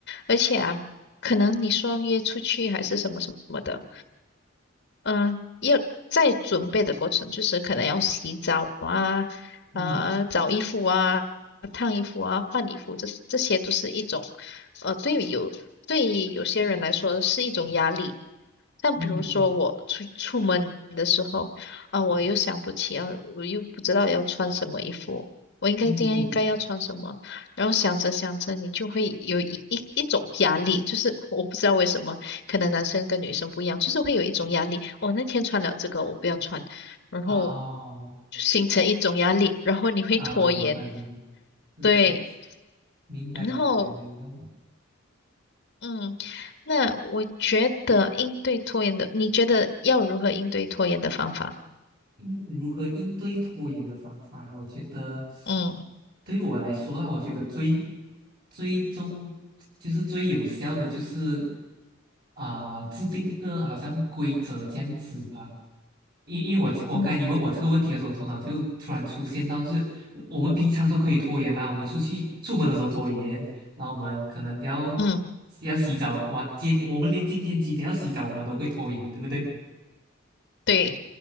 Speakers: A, on the left; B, on the right.
A: 而且啊，可能你说约出去还是什么什么的。嗯，要在准备的过程，就是可能要洗澡
B: 嗯
A: 呃找衣服啊、烫衣服啊、换衣服，这这些都是一种呃对有对有些人来说是一种压力。像比如说我出出门的时候，
B: 嗯嗯
A: 啊、我又想不起要，我又不知道要穿什么衣服，我应该今天应该要穿什么，
B: 嗯嗯，
A: 然后想着想着，你就会有一一一种压力，就是我不知道为什么，可能男生跟女生不一样，就是会有一种压力。我、那天穿了这个，我不要穿，然后
B: 哦
A: 就形成一种压力，然后你会拖延，
B: 啊，明白明白，是是是，
A: 对，
B: 明白明白明白，
A: 然后嗯，那我觉得应对拖延的，你觉得要如何应对拖延的方法？
B: 应如何应对拖延的方法，我觉得
A: 嗯
B: 对于我来说啦，我觉得最最终就是最有效的就是啊、制定一个好像规则这样子吧。因因为我我该你问我这个问题的时候，
A: 嗯
B: 头脑就突然出现到，就是我们平常都可以拖延嘛，我们出去出门的时候拖延，然后我们可能要
A: 嗯，
B: 要洗澡，晚今我们连今天几点要洗澡我们都会拖延，对不对？
A: 对，